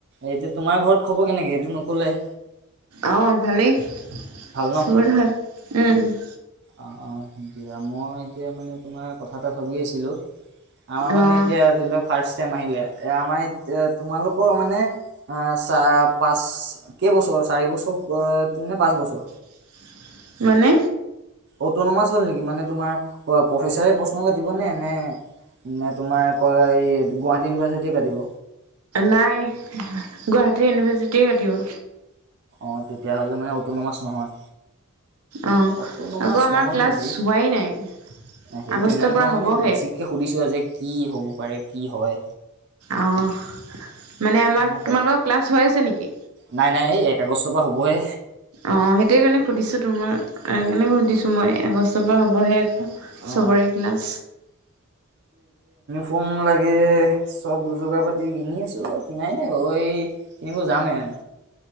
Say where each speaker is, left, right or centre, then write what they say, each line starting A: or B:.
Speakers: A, on the right (about 50°); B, on the right (about 85°).
A: এতিয়া তোমাৰ ঘৰত খবৰ কেনেকে সেইটো নকলাই।
B: অ', ভালেই চবৰে
A: ন
B: ভাল উম,
A: অ অ দিয়া মই এতিয়া মানে তোমাৰ কথা এটা ভাবি আছিলোঁ, আমাৰ মানে
B: অ',
A: এতিয়া ধৰি লওক ফাৰ্ষ্ট চেম আহিলে, এ আমাৰ ই তোমালোকৰ মানে চা পাচ কেইবছৰ চাৰি বছৰ নে পাঁচ বছৰ?
B: <unintelligible> মানে
A: অটনমাছ হ'ল নেকি মানে তোমাৰ প্ৰফেচাৰে প্ৰশ্ন কাটিব নে নে নে তোমাৰ কৌ এই গুৱাহাটী ইউনিভাৰ্চিটি কাটিব।
B: নাই গুৱাহাটী ইউনিভাৰ্চিটিয়ে কাটিব।
A: অ' তেতিয়াহ'লে মানে অটনমাছ নহয়।
B: অ'
A: অট'নমাছ
B: আকৌ আমাৰ
A: নহয়
B: ক্লাছ
A: যদি
B: হোৱাই নাই।
A: সেইটো
B: আগষ্টৰ
A: নহ
B: পৰা
A: মই মানে
B: হ'বহে
A: বেছিকে সুধিছো আ যে কি হ'ব পাৰে কি হয়?
B: অ', মানে আমাক
A: মই তাক
B: তোমালোকৰ ক্লাছ হৈ আছে নেকি?
A: নাই নাই এই এক আগষ্টৰ পৰা হ'বহে
B: অ' সেইটোয় কাৰণে সুধিছো তোমাৰ কেনেকৈ সুধিছোঁ, মই আগষ্টৰ পৰা হ'বহে।
A: অ
B: চবৰে এগিলাছ
A: ফোন লাগে চব যোগাৰ পাতি কিনি ছো কিনাই নাই বাৰু, কিনিব যাম হে।